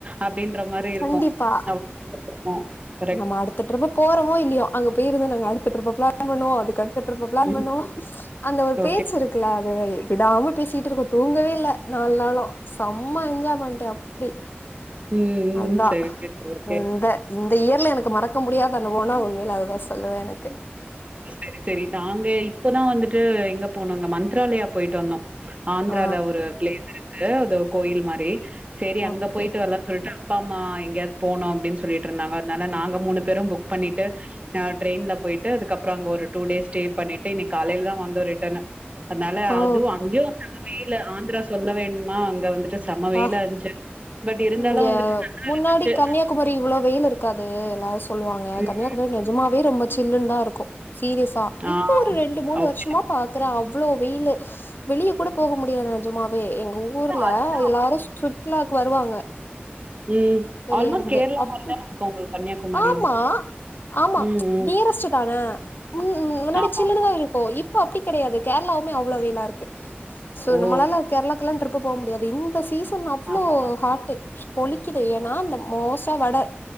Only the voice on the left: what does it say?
கண்டிப்பா.
நம்ம அடுத்த டிரிப் போறமோ இல்லியோ அங்க போயிருங்க நாங்க அடுத்த டிரிப்ப பிளான் பன்னுவோ அதுக்கடுத் த ட்ரிப் பிளான்
பண்ணுவோ அந்த ஒரு பேச்சு
இருக்குல்ல அது விடாம பேசிட்டு இருப்போ தூங்கவே இல்ல நாள் நாளு செம்ம என்ஜாய்மென்ட்டு அப்டி
அதா
இந்த இ இந்த இயர்ல எனக்கு மறக்க முடியாது அனுபவோம்னா உண்மையில அதுதா சொல்லுவே எனக்கு
ஆ
ஓகே.
ஓ!
ஆ
இங்க
முன்னாடி
கன்னியாகுமரி இவ்ளோ வெயிலு இருக்காது எல்லாரு சொல்லுவாங்க
கன்னியாகுமரி நிஜமாவே ரொம்ப சில்லு தா இருக்கு சீரியஸா இப்போ
ஒரு ரெண்டு மூணு
வர்ஷமா பாக்குறே அவ் இவ்வளோ வெயிலு வெளிய கூட போக முடியாது நெஜமாவே எங்க ஊர்ல
எல்லாரு சுற்றுலாக்கு வருவாங்க
வெளிய
இருந்து
அப்பு
ஆமா ஆமா
டியரஸ்ட்டு தானே ம் ம் முன்னாடி
சில்லுதா இருக்கு இப்ப அப்டி கெடையாது கேரளாவுமே அவ்ளோ வெயிலா இருக்கு சோ
நம்மளால கேரளாக்குல்லா ட்ரிப்பு போக முடியாது இந்த சீசன் அவ்ளோ
ஹாட்டு பொழிக்கி து ஏன்னா இந்த மோஸ்டா வட